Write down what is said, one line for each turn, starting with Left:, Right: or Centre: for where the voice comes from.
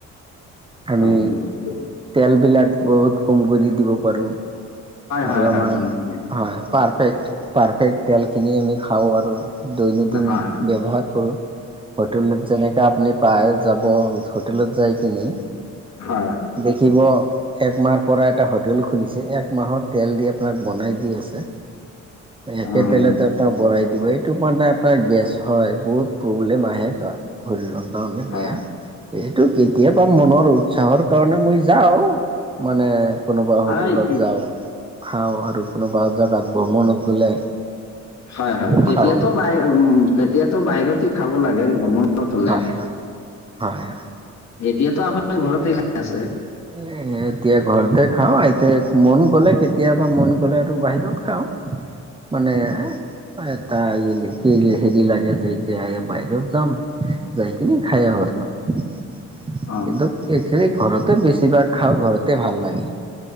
Right: আমি
Left: হয়
Right: তেলবিলাক বহুত কম কৰি দিব পাৰোঁ আৰু
Left: হয়
Right: আমাৰ
Left: হয় হয় হয়
Right: হয় পাৰফেক্ট পাৰফেক্ট তেল খিনি আমি খাওঁ আৰু দৈনন্দিন
Left: হয়
Right: ব্যৱহাৰ কৰোঁ হোটেলত যেনেকা আপুনি পায় যাব হোটেলত যাই কিনি
Left: হয়
Right: দেখিব একমাহ পৰা এটা হোটেল খুলিছে এক মাহত তেল দি আপোনাক বনাই দি আছে, একে
Left: হয়
Right: তেলতে আপোনাক বৰাই দিব এই টো মানে এটা গেছ হয় বহুত প্ৰব্লেম আহে শৰীৰৰ কাৰণে
Left: হয়
Right: বেয়া এইটো কেতিয়াবা মনৰ উৎসাহৰ কাৰণে মই যাওঁ মানে কোনোবা হোটেলত
Left: আই, ই-
Right: যাওঁ খাওঁ আৰু কোনোবা জেগাত ভ্ৰূমনত গ'লে
Left: হয় হয় তেতিয়াতো
Right: খাওঁ আৰু
Left: বাহিৰ উম তেতিয়াতো বাহিৰতে খাব লাগে ভ্ৰমণ ত হলে
Right: হয় হয়। হয় হয়।
Left: এতিয়াতো আপোনাৰ ঘৰতে খাই আছে
Right: এ এ এতিয়া ঘৰতে খাওঁ এতিয়া মন গ'লে কেতিয়াবা মন গ'লে আৰু বাহিৰত খাওঁ মানে অতাগিলি হিৰ হেৰি লাগে যে এতিয়া বাহিৰত যাম যাই কিনে খাই আহো আৰু
Left: অ
Right: কিন্তু সেইখিনি ঘৰতে বেছিভাগ খাওঁ ঘৰতে ভাল লাগে